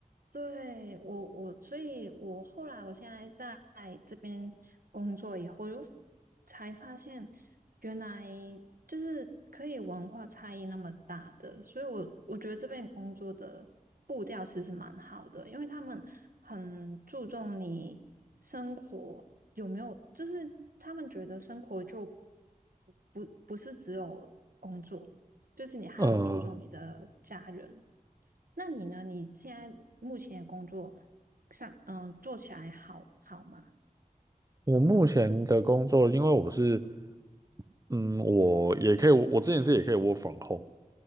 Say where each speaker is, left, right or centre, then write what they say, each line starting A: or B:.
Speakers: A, on the right; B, on the right.
A: 对我我，所以我后来我现在在这边工作以后，就才发现原来就是可以文化差异那么大的，所以我我觉得这边工作的步调其实蛮好的，因为他们很注重你生活有没有，就是他们觉得生活就不不是只有工作，就是你还要注重你的家人。
B: 呃，
A: 那你呢？你现在目前的工作上，嗯，做起来好好吗？
B: 我目前的工作，因为我是，嗯，我也可以，我之前是也可以 work from home，